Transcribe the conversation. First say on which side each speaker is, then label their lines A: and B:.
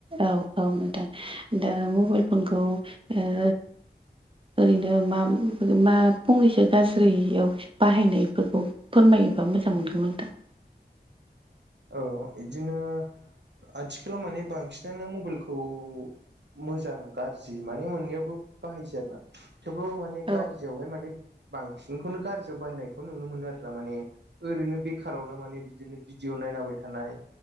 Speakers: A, on the right (about 30°); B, on the right (about 85°).
A: औ औ नोंथां दा मबाइल फनखौ ओ ओरैनो मा मा फंनैसो गाज्रियाव बाहायनायफोरखौ फोरमायोबा मोजां मोनगौमोन दां।
B: औ इदिनो आथिखालाव माने बांसिनानो मबेलखौ मोजां गाज्रि माने मोननैयावबो बाहायसै आरो ना। थेवब्लाबो माने गारजियावहाय
A: औ
B: माने बांसिनखौनो गारजियाव बाहायनायखौ नुनो मोनो आरो ना माने ओरैनो बेखारावनो माने बिदिनो भिडिअ' नायलाबाय थानाय